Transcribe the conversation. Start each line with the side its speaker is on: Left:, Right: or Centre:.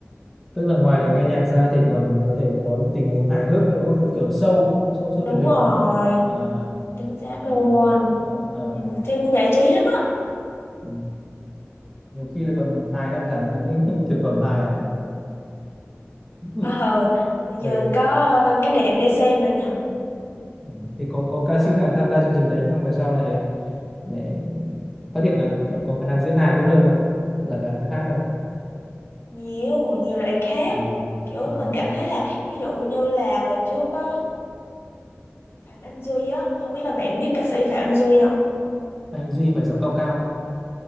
Centre: tức là ngoài
Left: ừ,
Centre: nghe nhạc ra thì
Left: mình-
Centre: còn có thể có những tình huống hài hước nữa đúng không như kiểu show đúng không? show show
Left: đúng
Centre: truyền hình
Left: rồi
Centre: đúng không à,
Left: chính xác
Centre: à,
Left: luôn
Centre: à, à.
Left: ừ, phim cũng giải trí lắm á
Centre: ừ. nhiều khi là còn hài hơn cả mấy cái <laughs> thực phẩm hài à <laughs>
Left: ờ
Centre: ừ.
Left: giờ có ờ, cái đẹp để xem nữa nhỉ
Centre: Ừ, thì có có ca sĩ nào tham gia chương trình đấy xong về sau lại lại phát hiện là kiểu có khả năng diễn hài tốt hơn không là khả năng hát không
Left: nhiều nhiều là đằng khác
Centre: Ờ,
Left: kiểu
Centre: ờ.
Left: mình cảm thấy là ví dụ như là hồi trước á Phạm Anh Duy á không biết là bạn biết ca sĩ Phạm Anh Duy không
Centre: anh Duy phải giọng cao cao không